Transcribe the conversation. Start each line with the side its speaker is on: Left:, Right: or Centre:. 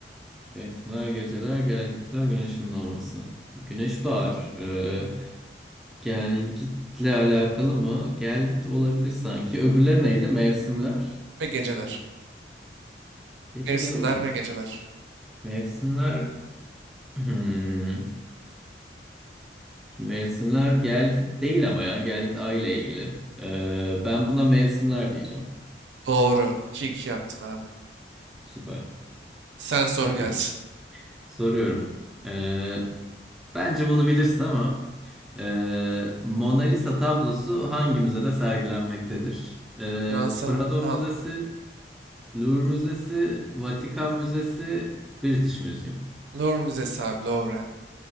Centre: Mevsimler, geceler, gelgitler, güneşin doğması. Güneş doğar. Ee, gelgitle alakalı mı? Gelgit olabilir sanki. Öbürleri neydi? Mevsimler.
Right: ve geceler.
Centre: Geceler
Right: Mevsimler
Centre: olur.
Right: ve geceler.
Centre: Mevsimler... Hmm. Mevsimler gel git değil ama ya gel git ay ile ilgili. Ee, ben buna mevsimler diyeceğim.
Right: Doğru. iki iki yaptın abi.
Centre: Süper.
Right: Sen sor
Centre: Peki
Right: gelsin.
Centre: soruyorum. Ee, bence bunu bilirsin ama ee, Mona Lisa tablosu hangi müzede sergilenmektedir? Ee,
Right: Fransa'nın
Centre: Prado
Right: tam
Centre: Müzesi, Louvre Müzesi, Vatikan Müzesi, British Museum.
Right: Louvre Müzesi abi Louvre.